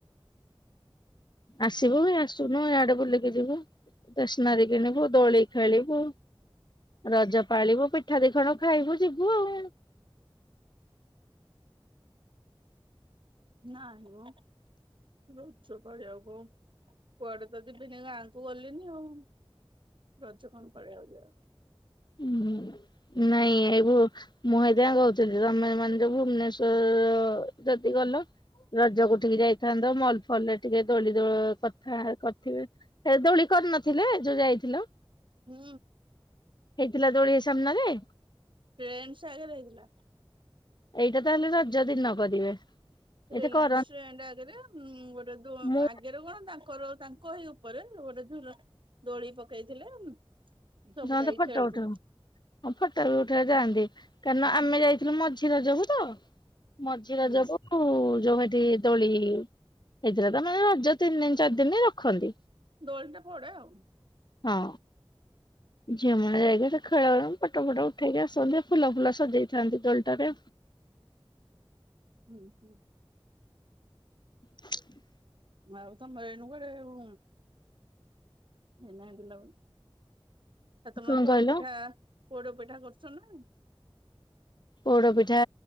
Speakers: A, on the left; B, on the right.
A: ଆସିବୁକି ଆସୁନୁ ଇଆଡ଼େ ବୁଲିକି ଯିବୁ ଟେସ୍ନାରୀ କିଣିବୁ ଦୋଳି ଖେଳିବୁ? ରଜ ପାଳିବୁ ପିଠା ଦିଖଣ୍ଡ ଖାଇବୁ ଯିବୁ ଆଉ।
B: ନାଇଁ ମୋ। ରଜ ପାଳିବାକୁ କୁଆଡ଼େତ ଯିବିନି ଗାଁକୁ ଗଲିନି ଆଉ। ରଜ କଣ ପାଳିବାକୁ ଯିବି ଆଉ।
A: ଉଁ ହଁ ନାଇଁ ଏଇବୁ ମୁଁ ହେଇଥିପାଇଁ କହୁଥିଲି ତମେ ମାନେ ସବୁ ଭୁବନେସ୍ୱର୍ ଅ ଯଦି ଗଲ ରଜ କୋଠିକି ଯାଇଥାନ୍ତ ମଲ୍ ଫଲରେ ଟିକେ ଦୋଳି ଦୋଅ କଥା କରିଥିବେ ସେ ଦୋଳି କରିନଥିଲେ ଯୋଉ ଯାଇଥିଲ?
B: ହୁଁ।
A: ହେଇଥିଲା ଦୋଳି ସାମ୍ନାରେ?
B: <unintelligible> ହେଇଥିଲା।
A: ଏଇଟା ତାହେଲେ ରଜ ଦିନ କରିବେ। ଏଇଟା
B: ରିଲାନ୍ସ୍
A: କର
B: ସ୍ତେଣ୍ଡ ଆଗରେ ଉଁ ଗୋଟେ ଦୋ
A: ମୁଁ
B: ଆଗରେ କଣ ତା ଙ୍କର ତାଙ୍କରି ଉପରେ ଗୋଟେ ଝୁଲ ଦୋଳି ପକେଇଥିଲେ ଉଁ ସବୁ
A: ସମସ୍ତେ
B: ଯାଇ
A: ଫଟୋ
B: ଖେଳୁଥିଲୁ।
A: ଉଠଉ ହଁ ଫଟୋଲ ଉଠାଇ ଯାଆନ୍ତି କାରଣ ଆମେ ଯାଇଥିଲୁ ମଝି ରଜକୁୁତ। ମଝିରଜକୁ
B: ହୁଁ
A: ଉ ଯୋଉ ଏଠି ଦୋଳି, ହେଇଥିଲା ତାମାନେ ରଜ ତିନି ଦିନି ଚାରି ଦିନି ରଖନ୍ତି।
B: ଦୋଳିଟେ ପଡେ ଆଉ।
A: ହଁ। ଝିଅ ମାନେ ଯାଇକି ସେ ଖେଳ ପଟ, ଫଟ ଉଠେଇକି ଆସନ୍ତି। ଫୁଲ, ଫୁଲ ସଜେଇଥାନ୍ତି ଦୋଳିଟାରେ।
B: ହୁଁ ହୁଁ।
A: ଝଂକ୍ ହୁଁ।
B: ଆଉ ତମେ <unintelligible> କୁଆଡେ ଆଉ। ଏ ନାଇଁ ବୁଲାବୁଲି ଆଉ ତମର
A: କଣ
B: ପୋଡପିଠା
A: କହିଲ
B: ପୋଡ ପିଠା କରୁଛ ନା ନାଇଁ।
A: ପୋଡ ପିଠା